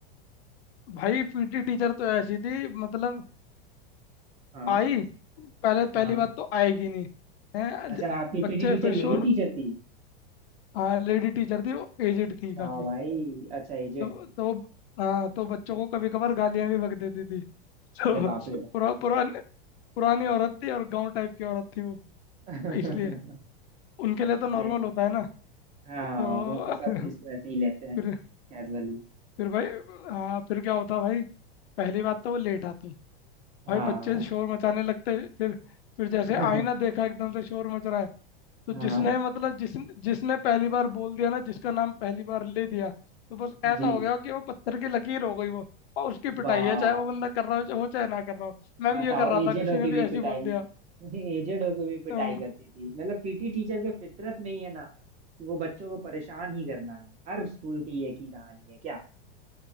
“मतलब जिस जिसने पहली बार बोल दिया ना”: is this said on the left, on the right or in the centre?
Left